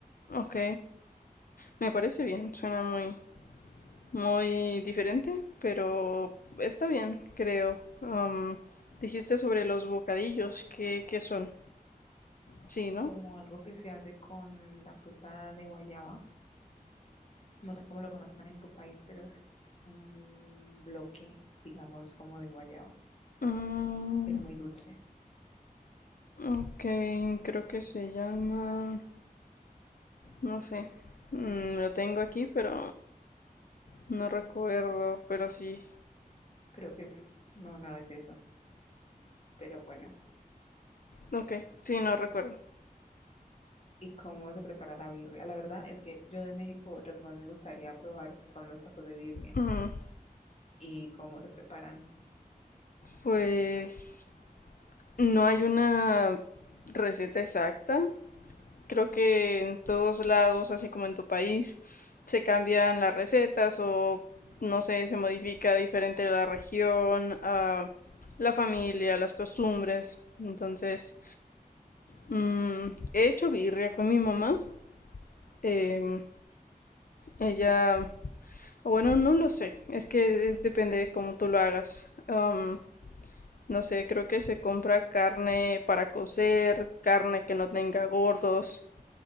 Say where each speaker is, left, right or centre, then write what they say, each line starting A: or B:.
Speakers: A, on the left; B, on the left.
A: Ok, me parece bien, suena muy, Muy diferente, pero está bien, creo. Am, dijiste sobre los bocadillos, ¿qué, qué son? Sí, ¿no?
B: Como algo que se hace con la fruta de guayaba. No sé cómo lo conozcan en tu país, pero es un bloque, digamos, como de guayaba.
A: Mm,
B: Es muy dulce.
A: ok, creo que se llama... No sé. Mm, lo tengo aquí, pero no recuerdo, pero sí.
B: Creo que es, no, no es eso, pero bueno.
A: Ok, sí, no recuerdo.
B: ¿Y cómo se prepara la birria? La verdad es que yo de México lo que más me gustaría probar son los tacos de birria
A: Mm,
B: y cómo se preparan.
A: pues no hay una receta exacta, Creo que en todos lados, así como en tu país, se cambian las recetas o no sé, se modifica diferente la región, ah, la familia, las costumbres. Entonces, mm, he hecho birria con mi mamá. em, ella, o bueno, no lo sé, es que es, depende de cómo tú lo hagas. Am, no sé, creo que se compra carne para cocer, carne que no tenga gordos,